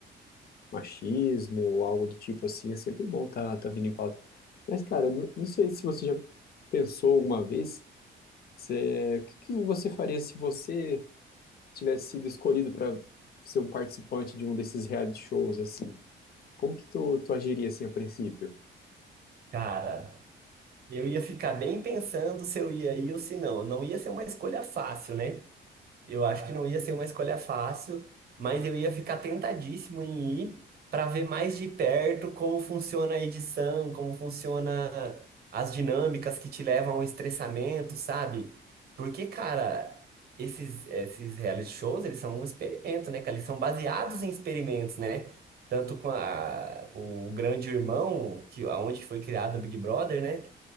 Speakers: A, on the left; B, on the right.
A: machismo, ou algo do tipo assim, é sempre bom tá, tá vindo em pauta. Mas, cara, n- não sei se você já pensou alguma vez, se, o que que você faria se você tivesse sido escolhido para ser um participante de um desses reality shows, assim, como que tu, tu agiria, assim, a princípio?
B: Cara, eu ia ficar bem pensando se eu ia ir ou se não. Não ia ser uma escolha fácil, né? Eu acho que não ia ser uma escolha fácil, mas eu ia ficar tentadíssimo em ir para ver mais de perto como funciona a edição, como funciona as dinâmicas que te levam ao estressamento, sabe? Porque, cara, esses esses reality shows, eles são um experimento, né? cara? Eles são baseados em experimentos, né? Tanto com a, o Grande Irmão, que aonde foi criado o Big Brother, né?